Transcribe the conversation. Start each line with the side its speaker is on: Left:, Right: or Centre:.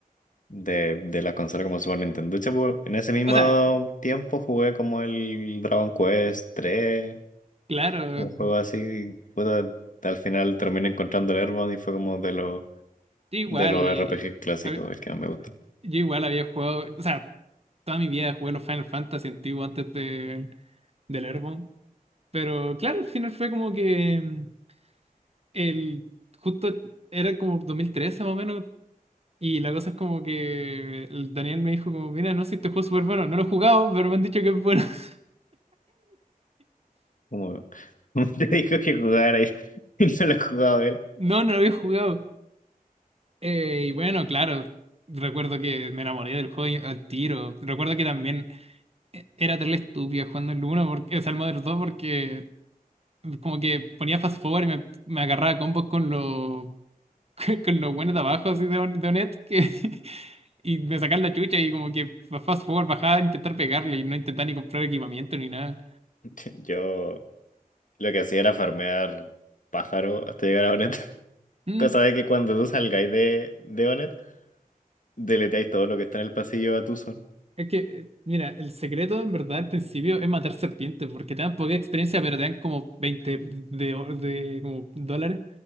Left: de, de la consola como Super Nintendo. De hecho, en ese mismo
Right: O sea,
Left: tiempo jugué como el Dragon Quest 3,
Right: claro,
Left: un
Right: yo
Left: juego así. y, puta, al final terminé encontrando el Airbound y fue como de los
Right: igual.
Left: de los RPG clásicos,
Right: a ver,
Left: el que más me gusta.
Right: Yo igual había jugado. O sea, toda mi vida jugué los Final Fantasy antiguos antes de, del Earthbound. Pero claro, al final fue como que mm, el. Justo era como 2013 más o menos. Y la cosa es como que el Daniel me dijo como, mira, no sé, este juego es súper bueno. No lo he jugado, pero me han dicho que es bueno. <laughs>
Left: Como, <laughs> como te dijo que jugar ahí <laughs> y no lo ha jugado él.
Right: No, no lo había jugado. Eh, y bueno, claro, recuerdo que me enamoré del juego al tiro. Recuerdo que también eh, era terrible estúpida jugando el 1, porque, o sea, el Modern 2, porque como que ponía fast forward y me, me agarraba combos con los <laughs> con los buenos de abajo, así de, on- de Onet, que... <laughs> Y me sacaban la chucha y como que fast forward bajaba a intentar pegarle y no intentaba ni comprar equipamiento ni nada.
Left: <laughs> Yo lo que hacía era farmear pájaro hasta llegar a Onet. <laughs>
Right: Mm,
Left: Cosa de que cuando tú salgáis de, de Onet, deleteáis todo lo que está en el pasillo a tu son.
Right: Es que, eh, mira, el secreto en verdad al principio es matar serpientes, porque te dan poca experiencia, pero te dan como 20 de, o- de como dólares